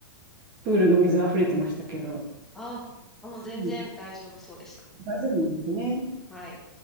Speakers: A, on the right; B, in the centre.
A: プールの水溢れてましたけど、
B: ああ、もう全然大丈夫そうでした。
A: うん。大丈夫なんですね。
B: はい。